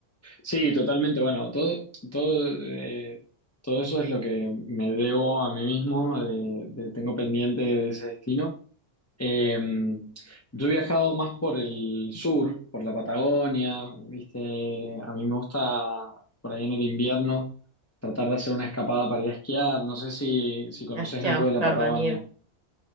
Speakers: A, on the left; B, on the right.
A: Sí, totalmente. Bueno, todo, todo, eh, todo eso es lo que me debo a mí mismo, de- de- tengo pendiente de ese destino. Eh, yo he viajado más por el sur, por la Patagonia, ¿viste? A mí me gusta por ahí en el invierno tratar de hacer una escapada para ir a esquiar. No sé si, si conoces
B: Es que,
A: algo
B: ah,
A: de la
B: claro,
A: Patagonia.
B: la nieve.